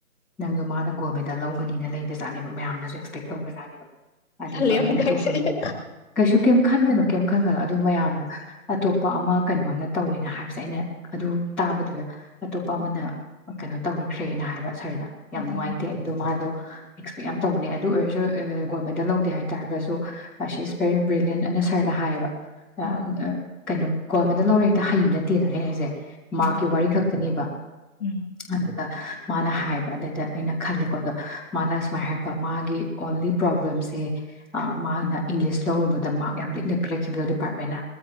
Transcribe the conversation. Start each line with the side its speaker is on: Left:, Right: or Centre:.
Centre: ꯅꯪꯗꯣ ꯃꯥꯅ ꯒꯣꯜ ꯃꯦꯗꯜ ꯂꯧꯒꯅꯤꯅ ꯂꯩꯕꯖꯥꯠꯅꯦꯕ ꯃꯌꯥꯝꯅꯁꯨ ꯑꯦꯛꯁꯄꯦꯛ ꯇꯧꯕꯖꯥꯠꯅꯦꯕ꯫ ꯑꯗꯨꯒ
Left: ꯇꯜꯂꯦ ꯌꯥꯝ
Centre: ꯃꯤ
Left: ꯏꯀꯥꯏꯖꯩꯌꯦ
Centre: ꯑꯇꯣꯞꯄꯅꯦ ꯀꯩꯁꯨ ꯀꯩꯝ ꯈꯟꯒꯅꯨ ꯀꯩꯝ ꯈꯟꯒꯅꯨ ꯑꯗꯨ ꯃꯌꯥꯝꯅ ꯑꯇꯣꯞꯄ ꯑꯃ ꯀꯩꯅꯣꯅ ꯇꯧꯋꯦꯅ ꯍꯥꯏꯕꯁꯦ ꯑꯩꯅ ꯑꯗꯨ ꯇꯥꯕꯗꯨꯗ ꯑꯇꯣꯞꯄ
Left: ꯎꯝ
Centre: ꯑꯃꯅ ꯀꯩꯅꯣ ꯇꯧꯔꯈ꯭ꯔꯦꯅ ꯍꯥꯏꯕ ꯁꯥꯔꯗ ꯌꯥꯝ
Left: ꯎꯝ
Centre: ꯅꯨꯡꯉꯥꯏꯇꯦ
Left: ꯎꯝ
Centre: ꯑꯩꯗꯣ ꯃꯥꯗꯣ ꯑꯦꯛꯁꯄꯦꯛ ꯌꯥꯝ ꯇꯧꯕꯅꯦ ꯑꯗꯨ ꯑꯣꯏꯔꯁꯨ ꯒꯣꯜ ꯃꯦꯗꯜ ꯂꯧꯗꯦ ꯍꯥꯏꯇꯥꯥꯔꯒꯁꯨ ꯁꯤ ꯏꯁꯁ ꯕꯦꯔꯤ ꯕ꯭ꯔꯤꯂꯤꯟ ꯑꯅ ꯁꯔꯅ ꯍꯥꯏꯌꯦꯕ ꯑ
Left: ꯑꯥ
Centre: <unintelligible> ꯀꯩꯅꯣ ꯒꯣꯜ ꯃꯦꯗ ꯂꯧꯔ ꯍꯦꯛꯇ ꯍꯡ ꯅꯠꯇꯦꯅ ꯑꯩꯅ ꯍꯥꯏꯁꯦ
Left: ꯍꯣꯏ
Centre: ꯃꯍꯥꯛꯀꯤ ꯋꯥꯔꯤ ꯈꯛꯇꯅꯦꯕ
Left: ꯎꯝ
Centre: ꯑꯗꯨ <unintelligible> ꯃꯥꯅ ꯍꯥꯏꯕ ꯑ ꯗ ꯑꯩꯅ ꯈꯜꯂꯦꯀꯣ ꯑꯗꯣ ꯃꯥꯅ ꯁꯨꯃꯥꯏꯅ ꯍꯥꯏꯔꯛꯄ ꯃꯥꯒꯤ ꯑꯣꯟꯂꯤ ꯄ꯭ꯔꯣꯕ꯭ꯂꯦꯝꯁꯦ ꯃꯥꯅ ꯏꯪꯂꯤꯁ ꯂꯧꯔꯨꯕꯗ ꯃꯥꯥꯛꯛ ꯌꯥꯝ ꯂꯤꯛꯅ ꯄꯤꯔꯛꯈꯤꯕꯗꯣ ꯗꯤꯄꯥꯔꯠꯃꯦꯟꯅ